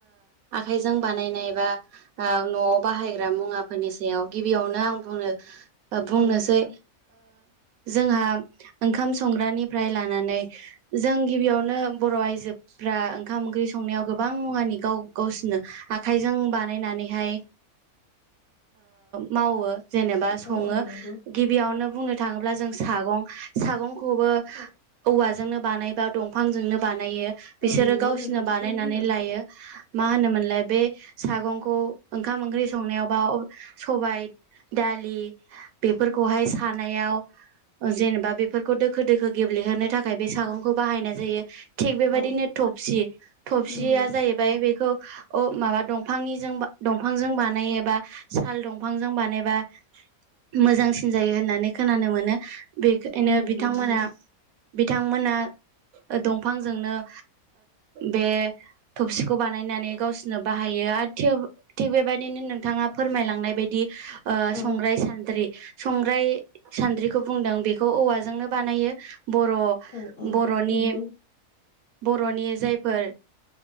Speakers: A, on the right; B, on the left.
A: आखाइजों बानायनाय बा न'आव बाहायग्रा मुवाफोरनि सायाव गिबियावनो आं बुंनो बुंनोसै
B: औ नोंथां
A: जोंहा ओंखाम संग्रानिफ्राय लानानै जों गिबियावनो बर' आइजो फ्रा ओंखाम ओंख्रि संनायाव गोबां मुवानि गाव गावसिनो आखाइजों बानायनानैहाय मावो जेनेबा सङो
B: औ औ नंगौ
A: गिबियावनो बुंनो थाङोब्ला जों सागं सागं खौबो औवाजोंनो बानायबा दंफांजोंनो बानायो बिसोरो
B: औ नंगौ
A: गावसिोरनो
B: नोंथाङा थिगखौनो
A: बानायनानै
B: बुंदों
A: लायो मा होनोमोनलाय बे सागंखौ ओंखाम ओंख्रि संनायावबा सबाय दालि बेफोरखौहाय सानायाव जेनेबा बे खौ दोखो दोखो गेब्लेहोनो थाखाय बे सागंखौ बाहायनाय जायो थिग बेबायदिनो
B: औ
A: थबसि थबसिया
B: नंगौ
A: जाहैबाय बेखौ अ माबा दंफांनिजों दंफांजों बानायबा साल दंफांजों बानायोबा मोजांसिन जायो होननानै खोनानो मोनो बेखायनो
B: औ नंगौ
A: बिथांमोना
B: नंगौ
A: बिथांमोना दंफांजोंनो बे थबसिखौ बानायनानै गावसोरनो बाहायो आरो थेवबो थिग बेबायदिनो नोंथाङा फोरमायलांनाय बायदि
B: औ
A: संग्राय सान्द्रि संग्राय सान्द्रिखौ बुंदों बेखौ औवाजोंनो बानायो बर'
B: औ औ
A: बर'नि
B: नंगौ
A: बर'नि जायफोर